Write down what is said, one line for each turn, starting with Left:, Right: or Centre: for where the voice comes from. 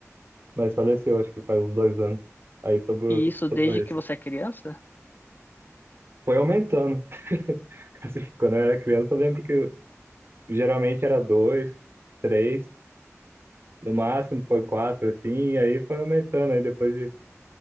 Right: mas faleceu, acho que faz uns dois anos. Aí sobrou,
Left: E isso desde
Right: sobrou esse.
Left: que você é criança?
Right: Foi aumentando. <laughs> Assim, quando eu era criança, eu lembro que geralmente era dois, três, no máximo foi quatro, assim, e aí foi aumentando. Aí depois de,